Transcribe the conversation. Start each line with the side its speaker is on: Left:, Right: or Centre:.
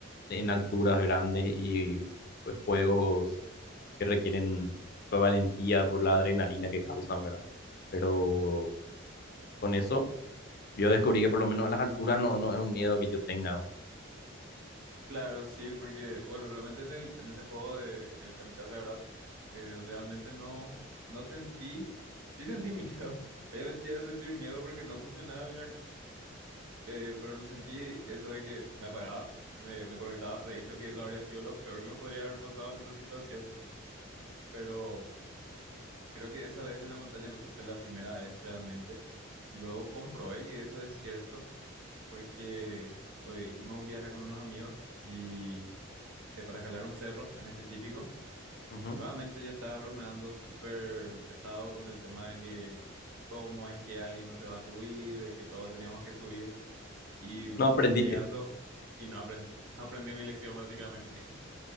Left: de- en alturas grandes y pues juegos que requieren pues, valentía por la adrenalina que causan, ¿verdad? Pero con eso yo descubrí que por lo menos a las alturas no, no es un miedo que yo tenga.
Right: Claro, sí, porque, bueno, realmente en el, en ese juego de el Kamikaze, ¿verdad? Eh, realmente no, no sentí, sí sentí miedo. <laughs> Obviamente llegué a sentir miedo porque no funcionaba bien eh, pero no sentí eso de que me apagaba y me, me conectaba. De hecho, que eso habría sido lo peor que me podría haber pasado en esa situación, pero creo que esa vez de la montaña rusa fue la primera vez realmente. Y luego comprobé que eso es cierto porque hoy hicimos un viaje con unos amigos y eh, para escalar un cerro en específico.
Left: Ujú.
Right: Nuevamente yo estaba bromeando súper pesado con el tema de que cómo es que alguien no se va a subir, de que todos teníamos que subir. y
Left: No aprendiste.
Right: llegando y no aprendí, <laughs> no aprendí mi lección básicamente, <laughs>